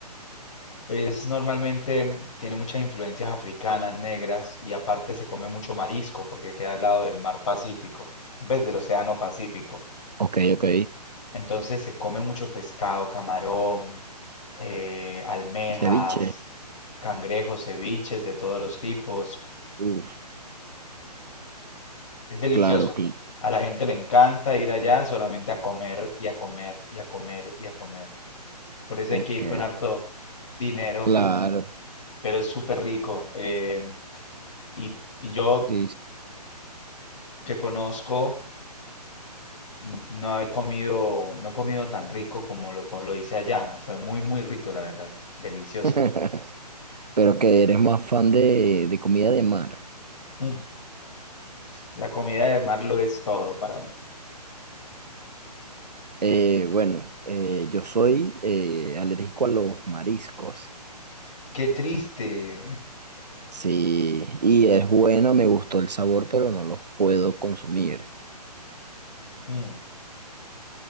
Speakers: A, on the left; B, on the right.
A: es normalmente, tiene muchas influencias africanas, negras y aparte se come mucho marisco porque queda al lado del mar Pacífico, ves del océano Pacífico.
B: ok, ok.
A: Entonces se come mucho pescado, camarón, eh, almejas,
B: Ceviche.
A: cangrejos, ceviches de todos los tipos.
B: Uf,
A: Es delicioso.
B: claro, claro.
A: A la gente le encanta ir allá solamente a comer y a comer y a comer y a comer. Por eso
B: Ok,
A: hay que ir con harto dinero,
B: claro.
A: pero es súper rico. Eh, y, y yo
B: sí.
A: que conozco, n- no he comido, no he comido tan rico como lo, co- lo hice allá. Fue muy, muy rico, la verdad. Delicioso.
B: <laughs> Pero que eres más fan de, de comida de mar.
A: Mm. La comida de mar lo es todo para mí.
B: Eh, bueno, eh, yo soy eh, alérgico a los mariscos.
A: Qué triste.
B: Sí, y es bueno, me gustó el sabor, pero no los puedo consumir.
A: Mm,